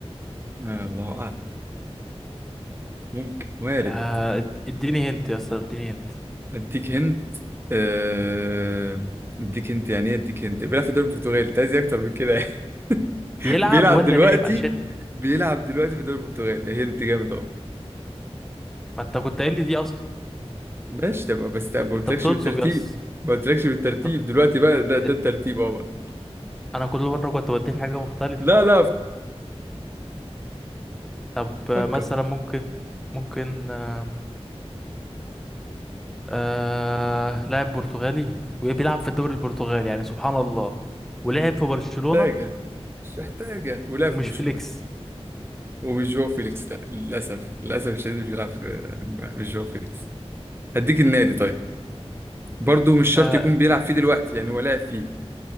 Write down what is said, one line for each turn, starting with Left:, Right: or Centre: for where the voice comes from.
Right: آه الله اعلم ممكن وارد
Centre: آه، اد- اديني هنت يا اسطى اديني هنت
Right: اديك هنت آه اديك هنت يعني ايه اديك هنت بيلعب في الدوري البرتغالي انت عايز إيه اكتر من كده يعني؟ <laughs>
Centre: بيلعب
Right: بيلعب
Centre: ولا
Right: دلوقتي
Centre: لعب عشان
Right: بيلعب دلوقتي في الدوري البرتغالي هنت جامد اهو
Centre: ما انت كنت قايل لي دي اصلا
Right: ماشي تمام بس ما قلتلكش
Centre: انت بتنصب
Right: بالترتيب
Centre: يس
Right: ما قلتلكش بالترتيب
Centre: انت
Right: دلوقتي بقى ده ده
Centre: انت-
Right: الترتيب اهو بقى
Centre: انا كل مره كنت بديك حاجه مختلفه
Right: لا لا
Centre: طب آه،
Right: فكر
Centre: مثلا ممكن ممكن آه... آه... لاعب برتغالي وبيلعب في الدوري البرتغالي يعني سبحان الله ولعب في برشلونه
Right: محتاجة مش محتاجة ولعب
Centre: ومش
Right: في برشلونة
Centre: فليكس
Right: ومش جو فيليكس لا للاسف للاسف الشديد مش بيلعب في مش جو فيليكس هديك النادي طيب برضه مش شرط
Centre: آه...
Right: يكون بيلعب فيه دلوقتي يعني هو لاعب فيه